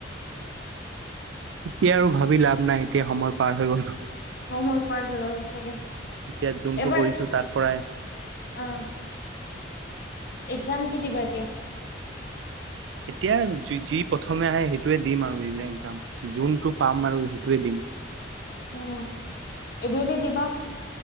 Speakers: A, on the right; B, on the left.
A: এতিয়া আৰু ভাবি লাভ নাই এতিয়া সময় পাৰ হৈ গ'ল।
B: সময় পাৰ হৈ গল সচাকে,
A: এতিয়া যোনটো
B: এবাৰ
A: কৰিছো তাৰ পৰাই
B: অহ। একজাম কি দিবা এতিয়া?
A: এতিয়া যি প্ৰথমে আহে সেইটোৱে দিম আৰু একজাম, যোনটো পাম আৰু সেইটোৱে দিম।
B: উম এ ডি আৰ ই দিবা?